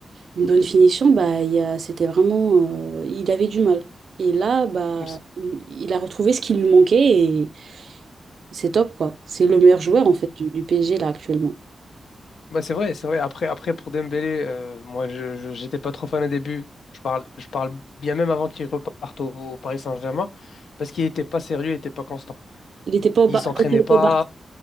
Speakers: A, on the right (about 65°); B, on the left (about 85°).
A: une bonne finition, bah, il y a- c'était vraiment, euh, il avait du mal. Et là, bah,
B: C'est
A: il a retrouvé ce qui lui manquait et c'est top, quoi. C'est le meilleur joueur, en fait, du, du PSG, là, actuellement.
B: bah, c'est vrai, c'est vrai. Après, après pour Dembélé, euh, moi, je, je- j'étais pas trop fan au début. Je parle, je parle bien même avant qu'il reparte au, au Paris Saint-Germain parce qu'il était pas sérieux, il était pas constant.
A: Il n'était pas au
B: Il
A: Bar-
B: s'entraînait
A: quand il était
B: pas.
A: au Barça.